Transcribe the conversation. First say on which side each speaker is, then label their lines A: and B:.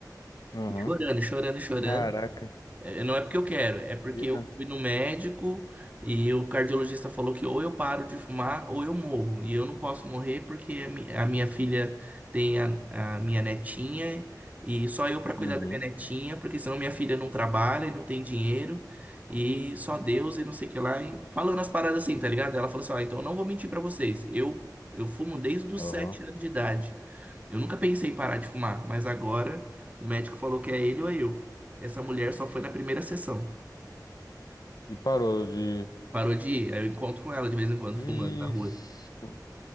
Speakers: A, on the left (about 60°); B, on the right (about 20°).
A: Aham.
B: E chorando, e chorando, e chorando.
A: Caraca.
B: É, Não é porque eu quero, é porque
A: Era.
B: eu fui no médico e o cardiologista falou que ou eu paro de fumar ou eu morro. E eu não posso morrer porque a mi- a minha filha tem a, a minha netinha e só eu para cuidar
A: Uhum.
B: da minha netinha, porque senão minha filha não trabalha e não tem dinheiro e só Deus e não sei o que lá. E falando as paradas assim, tá ligado? Ela falou assim: ó, então eu não vou mentir para vocês, eu, eu fumo desde os
A: Aham.
B: sete anos de idade. Eu nunca pensei em parar de fumar, mas agora o médico falou que é ele ou é eu. Essa mulher só foi na primeira sessão.
A: E parou de.
B: Parou de ir. Aí eu encontro ela de vez em quando
A: Ixi.
B: fumando na rua.